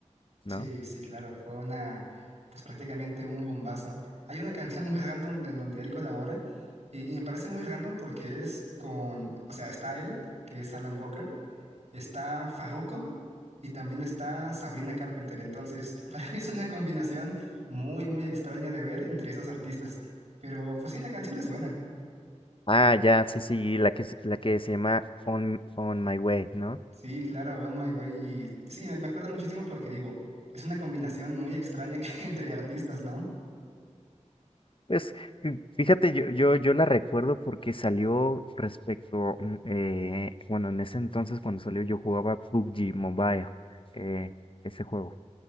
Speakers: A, on the left (about 45°); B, on the right (about 65°).
A: ¿no?
B: Sí, sí, claro. Fue una, pues prácticamente un bombazo. Hay una canción <laughs> muy random de- en donde él colabora y, y me parece muy random porque es con, o sea, está él, que es Alan Walker, está Farruko y también está Sabrina Carpenter. Entonces, <laughs> para mí es una combinación muy, muy extraña de ver entre esos artistas. Pero pues sí, la canción es buena.
A: Ah, ya, sí, sí, la que, se- la que se llama On, On My Way, ¿no?
B: Sí, claro, One My Way. Y sí, me me acuerdo muchísimo porque digo, es una combinación muy extraña <laughs> que- entre artistas, ¿no?
A: Pues fí- fíjate, yo, yo, yo la recuerdo porque salió respecto, mm, eh, bueno, en ese entonces cuando salió yo jugaba PUBG Mobile, eh, ese juego.